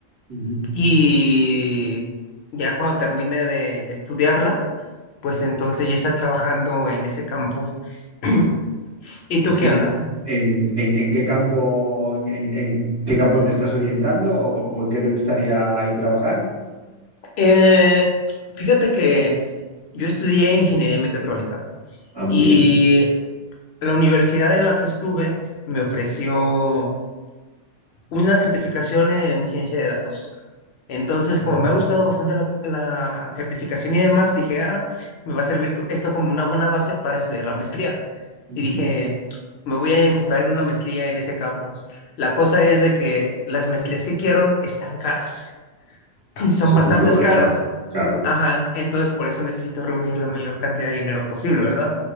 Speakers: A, on the right (about 20°); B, on the left (about 65°).
A: ujú.
B: Y ya cuando termine de estudiarla, pues entonces ya está trabajando en ese campo. <clears throat> ¿Y tú
A: Sí.
B: qué onda?
A: ¿En, en- en qué campo, en, en- en qué campo te estás orientando o, o en qué te gustaría ir trabajar?
B: Eh, fíjate que yo estudié ingeniería mecatrónica
A: Ah, muy
B: y
A: bien.
B: la universidad en la que estuve me ofreció una certificación en ciencia de datos. Entonces,
A: Ujú,
B: como me ha gustado bastante la, la certificación y demás, dije, ah, me va a servir co- esto como una buena base para estudiar la maestría.
A: ujú.
B: y dije, me voy a enfocar en una maestría en ese campo. La cosa es de que las maestrías que quiero están caras, <clears throat> son
A: Ese
B: bastantes
A: es un problema,
B: caras.
A: claro,
B: Ajá, entonces por eso necesito reunir la mayor cantidad de dinero posible, ¿verdad?